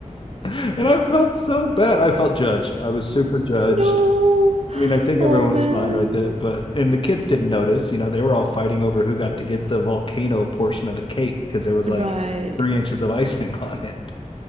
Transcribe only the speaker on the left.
And I felt so bad. I felt judged. I was super judged.
I mean, I think
everyone
was fine with it, but and the kids didn't notice. You know, they were all fighting over who got to get the volcano portion of the cake because there was
like three inches of icing <laughs> on it.